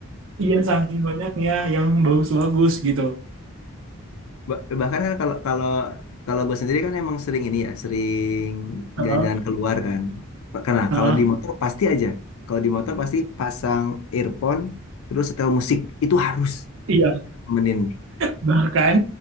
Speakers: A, on the right (about 65°); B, on the left (about 70°).
A: Iya, saking banyaknya yang bagus-bagus gitu.
B: Ba- bahkan kan kalau kalau kalau gue sendiri kan emang sering ini ya sering
A: Heeh,
B: jalan-jalan keluar kan Pa- karena
A: heeh.
B: kalau di motor pasti aja kalau di motor pasti pasang earphone terus setel musik itu harus
A: Iya,
B: temenin <laughs>
A: bahkan